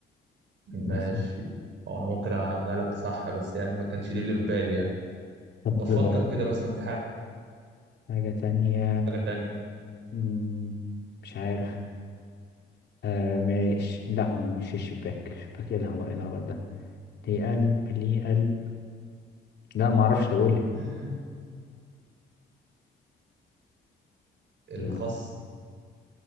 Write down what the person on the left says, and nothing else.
مثلا
طب
آه،
حاجة تانية
مم، مش عارف آه مش لا مش الشباك شباك ايه الهواء ايه الهواء ده ليه قلب ليه قلب لا ما اعرفش تقول لي
آه،